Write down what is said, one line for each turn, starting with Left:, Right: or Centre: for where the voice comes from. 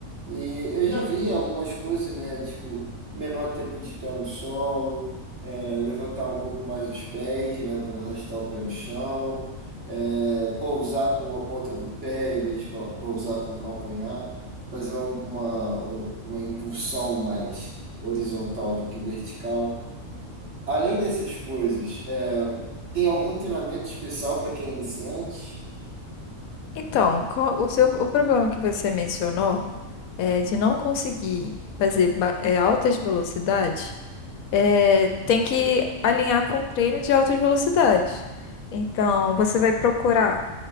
Right: e eu já vi algumas coisas, né? Tipo, menor tempo de pé no solo, é, levantar um pouco mais os pés, né? Para não arrastar o pé no chão, é, pousar com a ponta do pé em vez de pou- pousar com o calcanhar, fazer uma, uma, um- uma impulsão mais horizontal do que vertical. Além dessas coisas, é, tem algum treinamento especial para quem é iniciante?
Left: Então, qual- o seu, o problema que você mencionou. é, de não conseguir fazer ba- é, altas velocidades, é, tem que alinhar com treino de altas velocidades. Então, você vai procurar